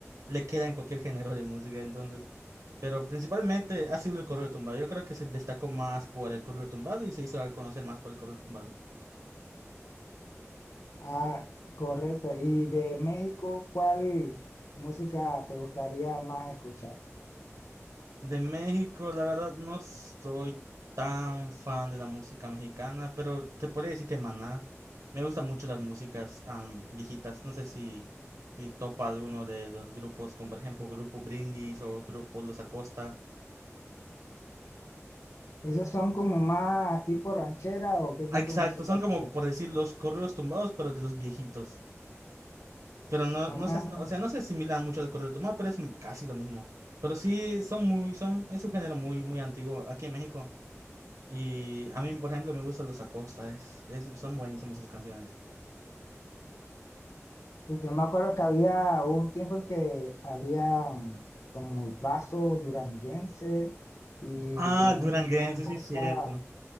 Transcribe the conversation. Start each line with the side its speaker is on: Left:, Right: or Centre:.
Right: le queda en cualquier género de música, entonces. Pero principalmente ha sido el corrido tumbado. Yo creo que se destacó más por el corrido tumbado y se hizo al conocer más por el corrido tumbado.
Left: Ah, correcto, y de México, ¿cuál música te gustaría más escuchar?
Right: De México, la verdad, no soy tan fan de la música mexicana, pero te podría decir que Maná. Me gustan mucho las músicas am, viejitas. No sé si, si topa alguno de los grupos, como por ejemplo Grupo Brindis o Grupo Los Acosta.
Left: ¿Esos son como más tipo ranchera o qué tipo
Right: Ah, Exacto,
Left: de música
Right: son
Left: es?
Right: como por decir los corridos tumbados, pero de los viejitos. pero no,
Left: Ah,
Right: no se, as- no, o sea, no se asimila mucho al corrido tumbado, pero es m- casi lo mismo. Pero sí, son muy, son, es un género muy, muy antiguo aquí en México. Y a mí, por ejemplo, me gustan los Acosta, es, es- son buenísimos sus canciones.
Left: sí, yo me acuerdo que había hubo un tiempo en que había mm, como el paso duranguense y
Right: Ah,
Left: tenían
Right: el duranguense,
Left: como unas botas,
Right: sí, es cierto.